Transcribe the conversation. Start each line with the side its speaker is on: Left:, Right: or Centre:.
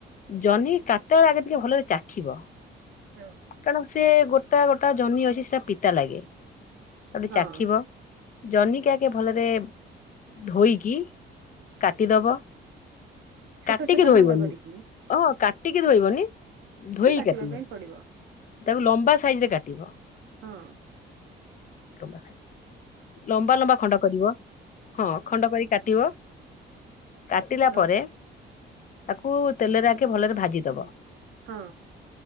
Left: ଜହ୍ନି କାଟିଲା ବେଳେ ଆଗେ ଟିକେ ଭଲରେ ଚାଖିବ।
Right: ହଁ।
Left: କାରଣ ସେ ଗୋଟା ଗୋଟା ଜହ୍ନି ଅଛି ସେଟା ପିତା ଲାଗେ ତାକୁଟିକେ
Right: ହଁ
Left: ଚାଖିବ? ଜହ୍ନିକି ଆଗେ ଭଲରେ ଧୋଇକି କାଟିଦବ।
Right: ଛୋଟ
Left: କାଟିକି
Right: ଛୋଟ
Left: ଧୋଇବନି
Right: ଖଣ୍ଡ କରିକି
Left: ହଁ କାଟିକି ଧୋଇବନି ଧୋଇକି
Right: କାଟିବା
Left: କାଟିବ।
Right: ପାଇଁ ପଡିବ
Left: ତାକୁ ଲମ୍ବା ସାଇଜରେ କାଟିବ।
Right: ହଁ।
Left: ତମ ସାହି। ଲମ୍ବା ଲମ୍ବା ଖଣ୍ଡ କରିବ ହଁ ଖଣ୍ଡ କରି କାଟିବ। କାଟିଲା
Right: ଲମ୍
Left: ପରେ ତାକୁ ତେଲରେ ଆଗେ ଭଲରେ ଭାଜି ଦବ
Right: ହଁ